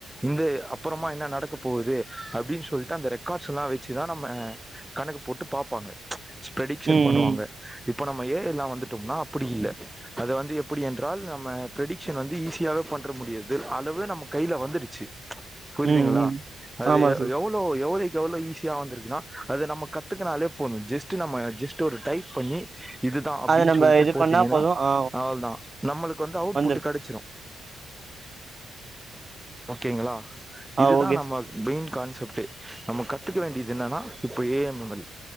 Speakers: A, in the centre; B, on the right (about 30°).
A: இந்த அப்புறமா என்ன நடக்க போகுது அப்டின்னு சொல்ட்டு அந்த ரெக்கார்ட்ஸ்ஸெல்லா வெச்சுதா நம்ம கணக்கு போட்டு பாப்பாங்க ஸ்பேடிக்ஷன்
B: ம்
A: பண்ணுவாங்க
B: ம்
A: இப் இப்ப நம்ம ஏ ஐ ல்லா வந்துட்டோம்னா அப்புடி இல்ல அது வந்து எப்புடி என்றால் நம்ம ப்ரெடிக்ஷன் வந்து ஈஸியாவே பண்ற முடியாது அளவு நம்ம கைல வந்துடுச்சு புரியதுங்களா
B: ம் ம்
A: அது
B: ஆமா
A: அ
B: சார்
A: எவ்ளோ எவ்ளோக் எவ்வளோ ஈஸியா வந்துருக்குன்னா அத நம்ம கத்துக்குனாலே போது ஜேஸ்ட்டு நம்ம ஜேஸ்ட்டு ஒரு டைப் பண்ணி இதுதா அப்டின்னு
B: அத நம்ம
A: சொல்ட்டு
B: இது
A: போட்டீங்கின்னா
B: பண்ணா போது ஆ
A: அவள்தா நம்மளுக்கு வந்து அவுட்
B: வந்துரு
A: பூட்டு கடிச்சுரு ஓகேங்களா
B: ஆ
A: இதுதா
B: ஓகே
A: நம்ம
B: சார்
A: பெயின் கான் சொப்டே நம்ம கத்துக்க வேண்டியது இன்னான்னா இப்ப ஏ ஐ மெம்மரி